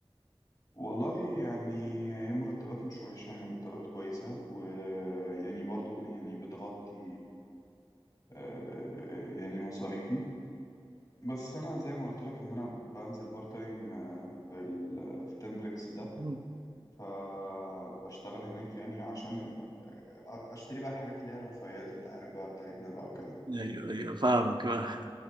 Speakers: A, on the left; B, on the right.
A: والله يعني هي مرتبات مش وحشة مرتبات كويسة ويعني برضو يعني بتغطي آه، يعني مصاريفي بس انا زي ما قلت لك ان انا بنزل بارت تايم آه، في ال في تمبلكس ده
B: مم.
A: فبشتغل هناك يعني عشان آه، اشتري بقى الحاجات اللي هي الرفاهيات انت عارف بقى بتاعتنا بقى وكده
B: ايوه ايوه فاهمك فاهم.